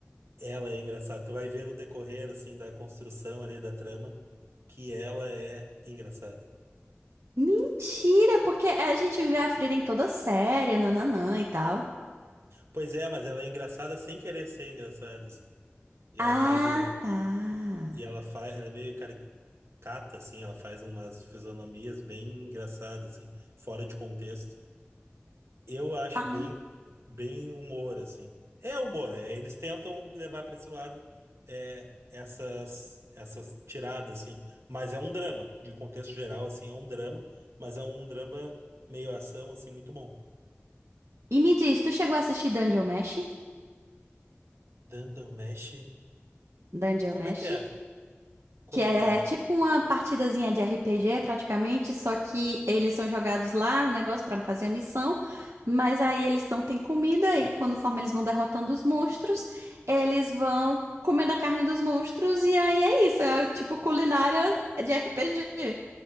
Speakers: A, on the right; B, on the right.
A: ela é engraçada. Tu vai ver no decorrer, assim, da construção ali da trama, que ela é engraçada.
B: Mentira, porque a gente vê a Frida em toda séria, nananã e tal.
A: Pois é, mas ela é engraçada sem querer ser engraçada, assim. E
B: Ah,
A: ela faz um...
B: tá.
A: E ela faz... Ela é meio caricatura cata, assim, ela faz umas fisionomias bem engraçadas, assim, fora de contexto. Eu acho
B: Ah.
A: bem, bem humor, assim. É humor, é, eles tentam levar para esse lado é, essas, essas tiradas, assim. Mas é um drama, de contexto geral, assim, é um drama, mas é um drama meio ação, assim, muito bom.
B: E me diz, tu chegou a assistir Dungeon Mesh?
A: Dandelmesh,
B: Dungeon
A: como
B: Mesh?
A: é que é? Como
B: Que é,
A: é que é?
B: é tipo uma partidazinha de RPG, praticamente, só que eles são jogados lá, um negócio pra fazer a missão, mas aí eles não têm comida, e quando forma eles vão derrotando os monstros, eles vão comendo a carne dos monstros, e aí é isso, é tipo culinária de RPG.